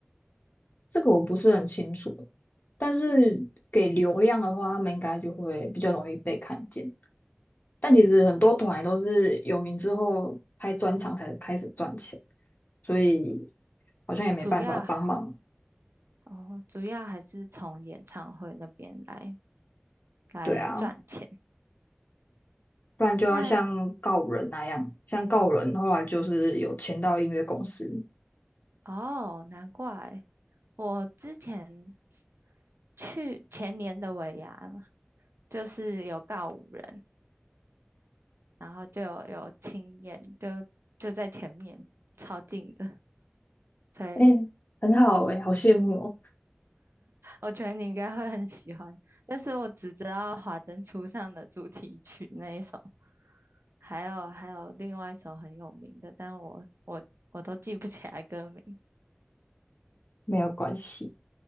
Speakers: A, on the left (about 45°); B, on the right (about 70°).
A: 这个我不是很清楚，但是给流量的话，他们应该就会比较容易被看见。但其实很多团也都是有名之后开专场才开始赚钱，所以好像也没办法帮忙。
B: 主要哦，主要还是从演唱会那边来来赚钱。
A: 对啊，不然就要像告人那样，
B: 那
A: 像告人后来就是有签到音乐公司，
B: 哦，难怪我之前是去前年的尾牙嘛，就是有告五人，然后就有有亲眼，就就在前面，超近的，所以
A: 哎、很好哎、好羡慕哦。
B: 我觉得你应该会很喜欢。但是我只知道《华灯初上》的主题曲那一首，还有还有另外一首很有名的，但我我我都记不起来歌名。
A: 没有关系，